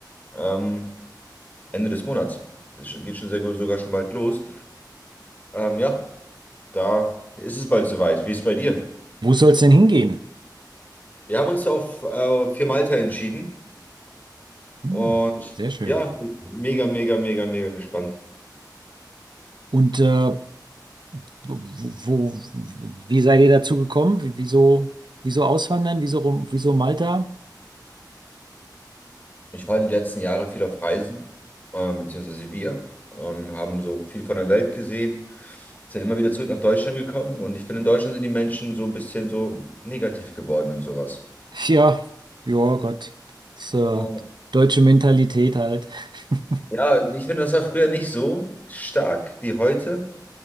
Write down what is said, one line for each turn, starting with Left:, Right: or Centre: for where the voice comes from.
Left: ähm, Ende des Monats. Das geht schon sehr, sogar schon bald los. Ähm, ja, da ist es bald soweit. Wie ist es bei dir?
Right: Wo soll es denn hingehen?
Left: Wir haben uns ja auf äh, für Malta entschieden
Right: Hm,
Left: und
Right: sehr schön.
Left: ja, mega, mega, mega, mega gespannt.
Right: Und äh, wo, wo, wie seid ihr dazu gekommen? W- Wieso, wieso auswandern? Wieso, rum- wieso Malta?
Left: Ich war die letzten Jahre viel auf Reisen, ähm, beziehungsweise wir, ähm, haben so viel von der Welt gesehen, sind immer wieder zurück nach Deutschland gekommen und ich finde, in Deutschland sind die Menschen so ein bisschen so negativ geworden und sowas.
Right: <laughs> Ja, ja, Gott. Das, äh,
Left: Oh,
Right: deutsche Mentalität halt. <laughs>
Left: ja, ich finde, das war früher nicht so stark wie heute.